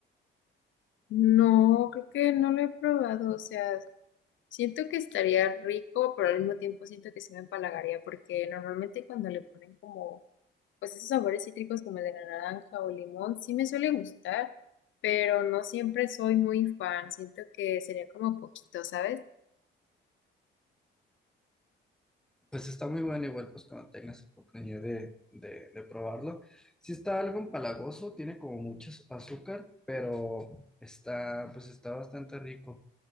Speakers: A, on the left; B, in the centre.
A: No, creo que no lo he probado, o sea, Siento que estaría rico, pero al mismo tiempo siento que sí me empalagaría, porque normalmente cuando le ponen como, pues esos sabores cítricos como el de la naranja o limón, sí me suele gustar, pero no siempre soy muy fan. Siento que sería como poquito, ¿sabes?
B: Pues está muy bueno igual pues cuando tengas oportunidad de, de, de probarlo. Sí está algo empalagoso, tiene como mucho azúcar, pero está pues está bastante rico.